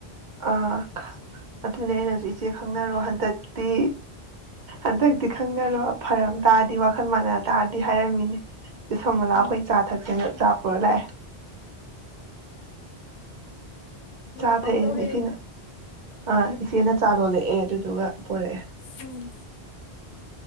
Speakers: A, on the right; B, on the left.
A: ꯑꯥ ꯑꯗꯨꯅꯦ ꯑꯩꯅꯁꯨ ꯏꯆꯦ ꯈꯪꯅꯔꯣ ꯍꯟꯗꯛꯇꯤ ꯍꯟꯗꯛꯇꯤ ꯈꯪꯅꯔꯣ ꯐꯔꯝ ꯇꯥꯔꯗꯤ ꯋꯥꯈꯜ ꯃꯥꯟꯅ ꯇꯥꯔꯗꯤ ꯍꯥꯏꯔꯝꯃꯤꯅꯦ ꯁꯝ ꯃꯣꯂꯥ
B: ꯎꯝ
A: ꯑꯩꯈꯣꯏ ꯆꯥ ꯊꯛꯁꯦꯅ ꯆꯥꯛ ꯄꯨꯔ ꯂꯥꯛꯑꯦ
B: ꯅꯣꯏ
A: ꯆꯥ ꯊꯛꯑꯦ
B: ꯍꯥꯎꯗꯧꯔꯦꯅꯦ
A: ꯑꯗꯨꯅ ꯏꯆꯦꯅ ꯑꯥ ꯏꯆꯦꯅ ꯆꯥ ꯂꯣꯜꯂꯛꯑꯦ ꯑꯗꯨꯗꯨꯒ ꯄꯣꯔꯛꯑꯦ
B: ꯎꯝ